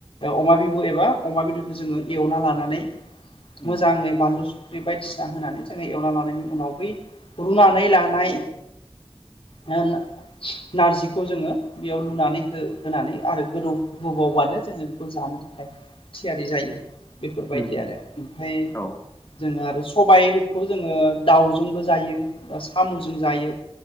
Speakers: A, on the left; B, on the left.
A: अमा बिबु एबा अमा बेदरखौ जोङो एवना लानानै
B: उम,
A: मोजाङै बानलु <unintelligible> संख्रि बायदिसिना होनानै जोङो एवना लानायनि उनाव बै रुनानै लानाय ना ना नारजिखौ जोङो बेयाव लुनानै हो-होनानै आरो गोदौ होबावबानो जोङो खौ जानो थाखाय थियारि जायो बेफोरबायदि
B: उम,
A: आरो ओमफफ्राय
B: औ
A: जोङो आरो सबायखौ जोङो दावजोंबो जायो बा साम'जों जायो।